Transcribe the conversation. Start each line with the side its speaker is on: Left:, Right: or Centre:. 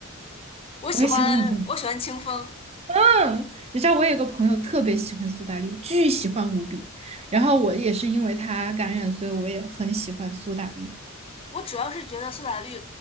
Left: 我喜欢我喜欢清风。
Right: 我也喜欢嗯，你知道我有个朋友特别喜欢苏打绿，巨喜欢无比。然后我也是因为他感染，所以我也很喜欢苏打绿。
Left: 我主要是觉得苏打绿